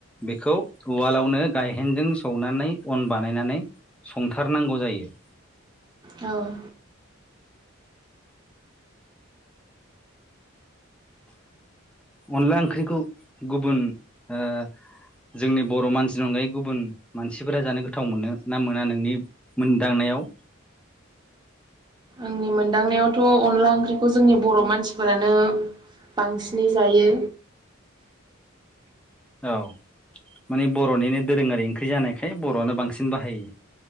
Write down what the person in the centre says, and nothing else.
बेखौ उवालावनो गायहेनजों सौनानै अन बानायनानै संथारनांगौ जायो।
अनला ओंख्रिखौ गुबुन ओ जोंनि बर' मानसिनि अनगायै गुबुन मानसिफोरा जानो गोथाव मोनो ना मोना नोंनिफ मोनदांनायाव
औ माने बर'निनो दोरोङारि ओंख्रि जानायखाय बर'आनो बांसिन बाहायो।